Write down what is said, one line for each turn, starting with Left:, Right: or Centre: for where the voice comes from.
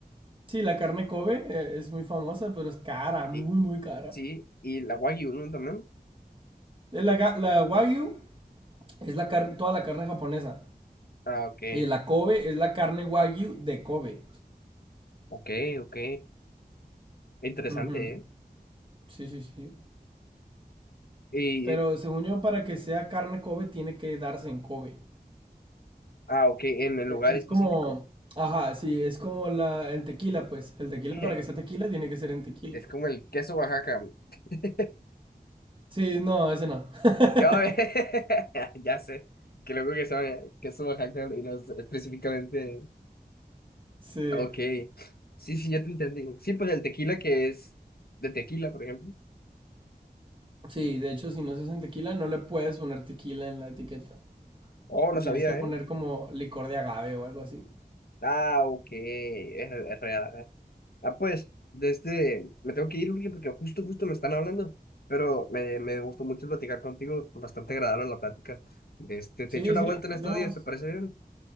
Right: Sí, la carne Kobe eh, es muy famosa, pero es cara, muy,
Left: Y,
Right: muy cara.
Left: sí, y la wagyu, ¿no? También.
Right: Eh, La, ga- la Wagyu es la car- toda la carne japonesa.
Left: Ah, ok.
Right: Y la Kobe es la carne Wagyu de Kobe.
Left: Ok, ok. Interesante,
Right: Ujú.
Left: ¿eh?
Right: Sí, sí, sí.
Left: Y,
Right: Pero según yo, para que sea carne Kobe, tiene que darse en Kobe.
Left: ah, ok, en el lugar
Right: E- Es
Left: específico.
Right: como, ajá, sí, es como la, el tequila, pues. El tequila
Left: <laughs>
Right: para que sea tequila tiene que ser en tequila.
Left: Es como el queso Oaxaca. <laughs>
Right: Sí, no, ese no. <laughs>
Left: No, <laughs> ya sé. Qué loco que sabe queso Oaxaca y no sé específicamente.
Right: Sí.
Left: Ok. Sí, sí, ya te entendí. Sí, pues el tequila que es de tequila, por ejemplo.
Right: Sí, de hecho, si no se hace en tequila, no le puedes poner tequila en la etiqueta.
Left: Oh, no
Right: Le
Left: sabía,
Right: tienes que poner
Left: ¿eh?
Right: como licor de agave o algo así.
Left: Ah, ok. Es, es real. Ah, pues, de este, me tengo que ir, Uriel, porque justo, justo me están hablando, pero me, me gustó mucho platicar contigo, bastante agradable la plática. De este, te
Right: Sí,
Left: echo una
Right: sí,
Left: vuelta
Right: nos
Left: en estos
Right: vemos.
Left: días, ¿te parece bien?